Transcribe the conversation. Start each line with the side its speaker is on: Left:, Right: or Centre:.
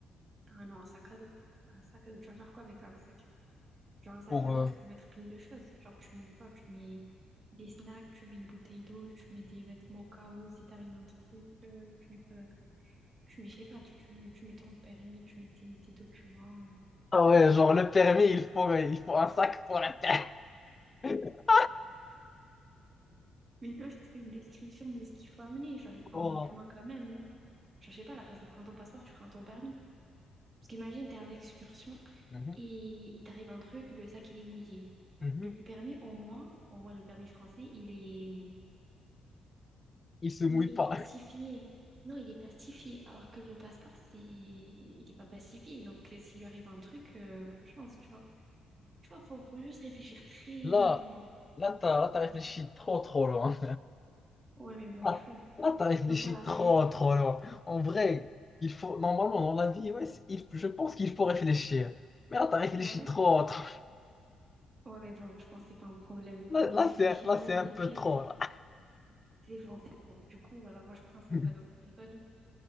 Right: Ah non, un sac à dos. Un sac à dos. Tu vas faire quoi avec un sac? Genre, un sac
Left: Pour,
Right: à
Left: euh,
Right: dos, tu peux mettre plein de choses. Genre, tu mets quoi? Tu mets des snacks, tu mets une bouteille d'eau, tu mets des vêtements au cas où, si t'arrive un truc, euh, tu mets quoi d'autre? Tu mets, je sais pas, tu, tu tu mets ton permis, tu mets tes, tes documents. euh.
Left: Ah ouais, genre le permis, il faut, il faut un sac pour la terre. <laughs>
Right: Mais là, je te fais une description de ce qu'il faut amener. Genre, il faut
Left: Oh.
Right: un document quand même, non? Genre, je sais pas, à la place de prendre ton passeport, tu prends ton permis. Parce qu'imagine, t'es en excursion
Left: Mhm,
Right: et il t'arrive un truc, le sac, il est mouillé.
Left: mhm.
Right: Le permis, au moins, au moins le permis français, il est, hum,
Left: Il se mouille
Right: Il est
Left: pas.
Right: plastifié. Non, il est plastifié. Alors que le passeport, c'est... il n'est pas plastifié. Donc, euh, s'il lui arrive un truc, euh, bonne chance, tu vois. Tu vois, faut, faut juste réfléchir très
Left: Là,
Right: loin.
Left: là, t'as, là, t'as réfléchi
Right: Voilà.
Left: trop, trop loin.
Right: Ouais, mais bon,
Left: Ah,
Right: il faut.
Left: Là, t'as réfléchi
Right: Donc, voilà,
Left: trop,
Right: vrai.
Left: trop loin. En vrai, il faut, normalement, dans la vie, ouais, c'est- il- je pense qu'il faut réfléchir. Mais là, t'as réfléchi
Right: Ouais.
Left: trop, trop.
Right: Ouais, mais bon, je pense que c'est pas un problème.
Left: Là,
Right: Quand on
Left: là,
Right: réfléchit
Left: c'est un là,
Right: moins,
Left: c'est
Right: c'est
Left: un peu
Right: pire.
Left: trop, là.
Right: C'est bon, c'est bon. Du coup, voilà, moi, je prends un sac
Left: <laughs>
Right: à dos. Et toi, du coup?